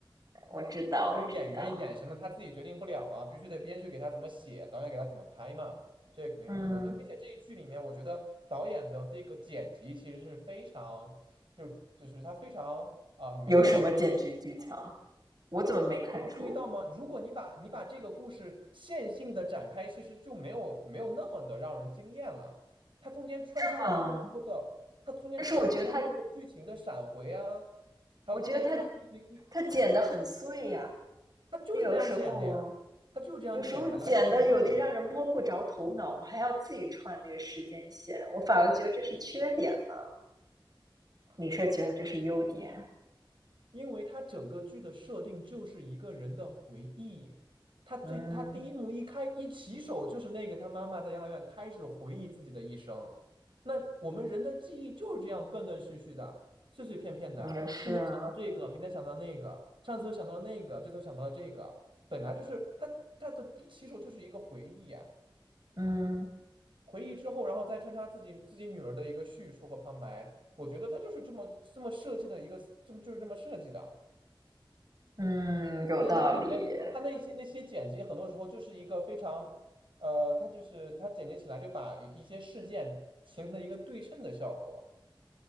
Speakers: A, on the right; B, on the right.
A: 我知道，
B: 因为演员演什么他自己决定不了啊，
A: 我知道。
B: 必须得编剧给他怎么写，导演给他怎么拍嘛，这肯定是最关键。
A: 嗯，
B: 并且这一剧里面，我觉得导演的这个剪辑其实是非常，就就是他非常啊、没有
A: 有什么剪辑技巧？我怎么没看出？
B: 哎，你没有注意到吗？如果你把你把这个故事线性的展开，其实就没有没有那么的让人惊艳了。它中间穿插了非常多的，
A: 啊，
B: 它中间穿插了非常多的剧情的闪回啊，
A: 但是我觉得他，
B: 还有它给你穿插一直一，
A: 我觉得他，他剪得很碎呀、啊
B: 它就是这样剪的呀，
A: 他有时候，
B: 它就是这样剪的，
A: 有时候剪的有的让人摸不着头脑，
B: 来去模拟
A: 还要自己串那个时间线，我反而觉得这是缺点了。你是觉得这是优点？
B: 因为它整个剧的设定就是一个人的回忆，他最他第一幕一开一起手就是那个他妈妈在养老院开始回忆自己的一生。
A: 嗯，
B: 那我们人的记忆就是这样断断续续的、碎碎片片的，
A: 也是啊。
B: 今天想到这个，明天想到那个，上次又想到了那个，这次又想到了这个，本来就是他他的第一起手就是一个回忆啊，
A: 嗯
B: 回忆之后，然后再穿插自己自己女儿的一个叙述和旁白，我觉得他就是这么这么设计的一个，这么就是这么设计的。
A: 嗯，有道理。
B: 并且它这里面，它那些那些剪辑，很多时候就是一个非常，呃，它就是它剪辑起来就把一一些事件形成了一个对称的效果。